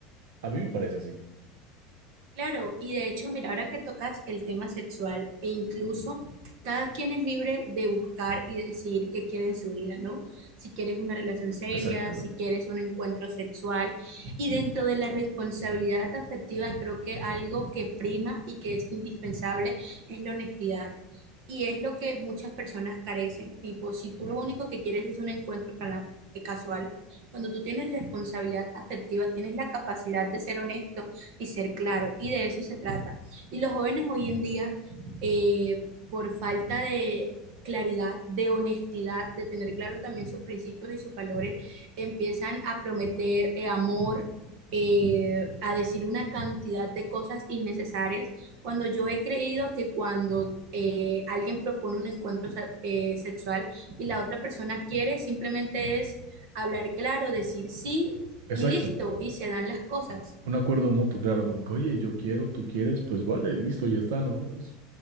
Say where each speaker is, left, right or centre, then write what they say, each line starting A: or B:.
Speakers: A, on the right; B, on the right.
A: A mí me parece así.
B: Claro, y de hecho, mira, ahora que tocas el tema sexual, e incluso cada quien es libre de buscar y decidir qué quiere en su vida, ¿no? Si quieres una relación seria,
A: Exacto,
B: si quieres un encuentro sexual. Y dentro de la responsabilidad afectiva, creo que algo que prima y que es indispensable es la honestidad. Y es lo que muchas personas carecen. Tipo, si tú lo único que quieres es un encuentro para- casual, cuando tú tienes responsabilidad afectiva, tienes la capacidad de ser honesto y ser claro. Y de eso se trata. Y los jóvenes hoy en día, eh, por falta de claridad, de honestidad, de tener claro también sus principios y sus valores, empiezan a prometer eh, amor, eh, a decir una cantidad de cosas innecesarias, cuando yo he creído que cuando eh, alguien propone un encuentro eh, sexual y la otra persona quiere, simplemente es hablar claro, decir sí
A: exacto.
B: y listo, y se dan las cosas.
A: Un acuerdo mutuo, claro, como que, oye, yo quiero, tú quieres, pues vale, listo, ya está, ¿no? Es-